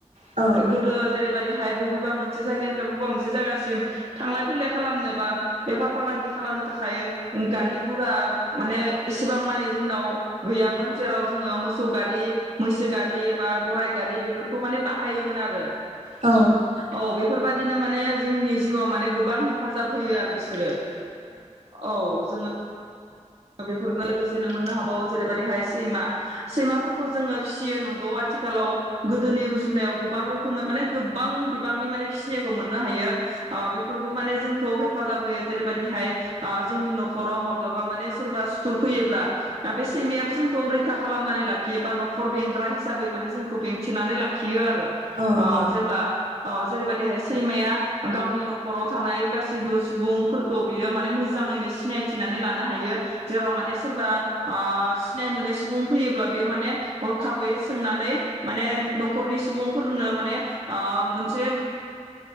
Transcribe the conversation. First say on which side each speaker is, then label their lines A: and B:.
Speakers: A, on the right (about 80°); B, on the right (about 55°).
A: औ
B: गोदो जेरैबायदिहाय बबेबा मोनसे जायगानिफ्राय बबेबा मोनसे जायगासिम थांलाय फैलाय खालामनो बा बेफार फालांगि खालामनो थाखाय गारि गुरा माने एसेबां माने जोंनाव गैयामोन जेराव जोङो मोसौ गारि मैसो गारि बा गराइ गारि बेफोरखौ माने बाहायोमोन आरो
A: औ
B: औ बेफोरबादिनो माने जोंनि जिउआव माने गोबां हेफाजाब होयो आरो बिसोरो औ जोङो बेफोरनो लोगोसेनो मोननो हाबाव जेरैबायदिहाय सैमा सैमाफोरखौ जोङो फिसियो नंगौ आथिखालाव गोदोनि रुजुनायाव गोबां रोखोम माने गोबां बिबांनि माने फिसिनायखौ मोननो हायो अ बेफोरबो माने जोंखौ हेफाजाब होयो जेरैबायदिहाय जोंनि न'खराव माब्लाबा माने सोरबा सुथुर फैयोब्ला बे सैमायाबो जोंखौ रैखा खालामनानै लाखि खिबा न'खर बेंग्रा हिसाबै माने जोंखौ बेंथेनानै लाखियो आरो
A: औ
B: अ जेब्ला अ जेरैबायाददिहाय सैमाया गावनि न'खराव थानाय गासैबो सुबुंफोरखौ बियो माने मोजाङैनो सिनायथिनानै लानो हायो जेराव माने सोरबा ओ सिनाय मोनै सुबुं फैयोब्ला बियो माने हरखाबै सोंनानै माने न'खरनि सुबुंफोरनो माने मोनसे